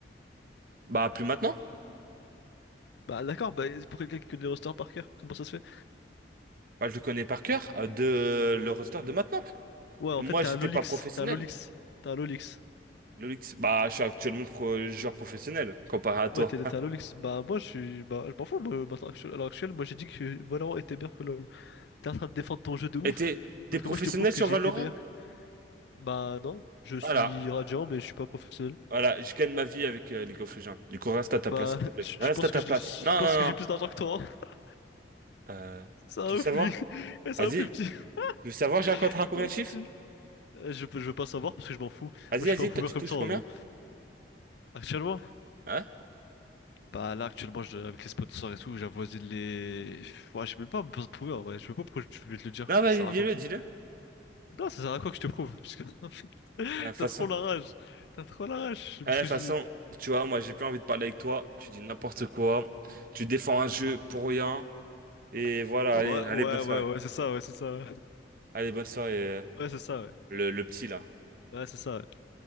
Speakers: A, on the right; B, on the left.
A: Bah plus maintenant.
B: Bah d'accord, bah pour quelqu'un qui connaît le roster par cœur, comment ça se fait?
A: Bah je le connais par cœur euh, de le roster de maintenant.
B: Ouais,
A: Et
B: en
A: moi,
B: fait, t'es
A: j'étais
B: un Lolix,
A: pas professionnel.
B: t'es un Lolix, t'es un Lolix.
A: Le Lynx, bah je suis actuellement pro- joueur professionnel comparé à toi.
B: Ouais, t'es t'es un Lolix. Bah moi, je suis. Bah, je m'en fous, moi, maintenant, à l'heure actuelle, moi j'ai dit que Valorant était meilleur que LoL. t'es en train de défendre ton jeu de ouf,
A: Et t'es t'es
B: sauf
A: professionnel
B: que moi je te prouve que
A: sur
B: j'ai
A: Valorant?
B: été meilleur. Bah non, je suis
A: Voilà,
B: radiant mais je suis pas professionnel.
A: voilà. Je gagne ma vie avec euh, League of Legends. Du coup, reste à ta
B: Bah
A: place, s'il te plaît.
B: je,
A: Reste
B: je pense
A: à ta
B: que je,
A: place.
B: je
A: Non,
B: pense
A: non,
B: que j'ai
A: non.
B: plus d'argent que toi. hein. <laughs>
A: Euh,
B: Ça
A: tu
B: un
A: veux savoir?
B: ouf lui. <laughs> Eh, C'est
A: Vas-y.
B: un ouf le petit.
A: Tu
B: <laughs>
A: veux savoir, j'ai un contrat à combien
B: C'est un ouf
A: de chiffres?
B: le petit. Euh, Je, peux- je veux pas savoir parce que je m'en fous.
A: Vas-y,
B: Moi je
A: vas-y.
B: suis pas un prouveur
A: Toi, tu
B: comme
A: touches
B: ça en
A: combien?
B: gros. Actuellement?
A: Hein?
B: Bah là actuellement je- avec les sponsors et tout, j'avoisine les. Ouais j'ai même pas besoin de prouveur ouais. Je sais pas pourquoi je je vais te le dire.
A: Non, vas-y,
B: Ça sert
A: dis-le,
B: à quoi?
A: dis-le.
B: Non ça sert à quoi que je te prouve? Parce que... <laughs>
A: À la façon.
B: T'as trop la rage. T'as trop la rage.
A: Eh,
B: Parce
A: de toute
B: que
A: façon,
B: j'ai...
A: tu vois, moi j'ai plus envie de parler avec toi. Tu dis n'importe quoi. Tu défends un jeu pour rien. Et voilà,
B: Ouais,
A: allez, allez,
B: ouais,
A: bonne soirée.
B: ouais, ouais, c'est ça, ouais, c'est ça.
A: Allez, bonne soirée, euh,
B: Ouais, c'est ça, ouais.
A: le, le petit là.
B: Ouais, c'est ça, ouais.